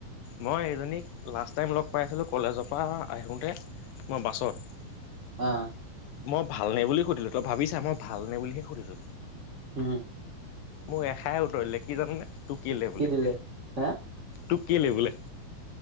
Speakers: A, on the left (about 75°); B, on the right (about 50°).
A: মই এইজনীক লাষ্ট টাইম লগ পাইছিলোঁ, কলেজৰ পৰা আহোঁতে। মই বাছত।
B: আহ
A: মই ভালনে বুলি সুধিলো, তই ভাবি ছা মই ভাল নে বুলিহে সুধিছো।
B: হুম।
A: মোৰ এষাৰে উত্তৰ দিলে কি জানোনে তোক কি লাগে বোলে
B: দিলে হে
A: তোক কি লাগে বোলে